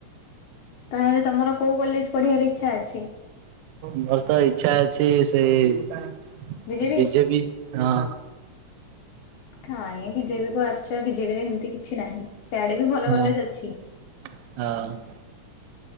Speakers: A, on the left (about 85°); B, on the right (about 85°).
A: ତାହେଲେ ତମର କୋଉ କଲେଜ ପଢିବାର ଇଚ୍ଛା ଅଛି
B: ମୋର ତ ଇଚ୍ଛା ଅଛି ସେଇ
A: ବିଜେପି?
B: ବିଜେବି। ହଁ।
A: କାଇଁ ଏଇ ବିଜେପି କୁ ଆସିଛ ବିଜେପି ରେ ଏମିତି କିଛି ନାହିଁ ସେଆଡେ ବି ଭଲ
B: ହଁ
A: ଭଲେଜ ଅଛି।
B: ହଁ।